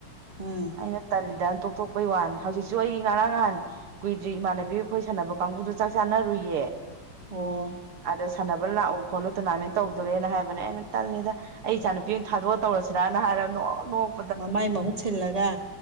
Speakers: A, on the right; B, on the right.
A: ꯎꯝ
B: ꯑꯩꯅ ꯇꯜꯂꯤꯗ ꯇꯣꯛꯊꯣꯛꯄꯩ ꯋꯥꯅꯤ ꯍꯧꯖꯤꯛꯁꯨ ꯑꯩ ꯉꯔꯥꯡ ꯅꯍꯥꯟ ꯀꯨꯏꯗ꯭ꯔꯤ ꯏꯃꯥꯟꯅꯕꯤ ꯑꯩꯈꯣꯏ ꯁꯥꯟꯅꯕ ꯀꯥꯡꯕꯨꯗꯨ ꯆꯥꯛ ꯆꯥꯅꯔꯨꯏꯌꯦ
A: ꯑꯣ
B: ꯑꯗ ꯁꯥꯟꯅꯕ ꯂꯥꯛꯎ ꯈꯣꯠꯂꯨ ꯇꯣꯔꯅꯥꯃꯦꯟ ꯇꯧꯗꯣꯔꯦꯅ ꯍꯥꯏꯕꯅꯦ ꯑꯩꯅ ꯇꯜꯂꯤꯗ ꯑꯩ ꯏꯆꯥ ꯅꯨꯄꯤ ꯑꯣꯏꯅ ꯊꯥꯗꯣꯛꯑ ꯇꯧꯔꯁꯤꯔꯥꯅ ꯍꯥꯏꯔ ꯅꯣꯛꯑ
A: ꯃꯃꯥꯏ ꯃꯍꯨꯠ ꯁꯤꯜꯂꯒ